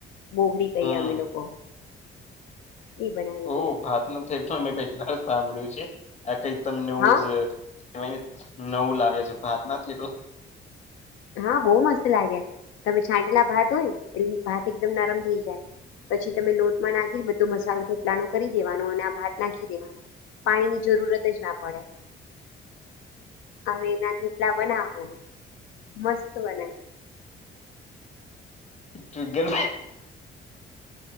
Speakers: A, on the left; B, on the left.
A: મોગડી કહીએ
B: હમ
A: અમે લોકો એ બનાવી
B: ઓ
A: દઈ.
B: ભાત ના થે પણ મેં પેહલી વાર સાંભળ્યું છે આ કઈક તમનેવું
A: હા
B: જ કઈ નવું લાગે છે ભાત ના થેપલા
A: હા, બહુ મસ્ત લાગે. તમે છાંટેલા ભાત હોય એ ભાત એકદમ નરમ થઇ જાય. પછી તમે લોટ માં નાખીને બધો મસાલો થેપલાનો કરી દેવાનો અને આ ભાત નાખી દેવાના. પાણીની જરૂરત જ ના પડે અને એના થપલા બનાવાના. મસ્ત બને.
B: તું ગલ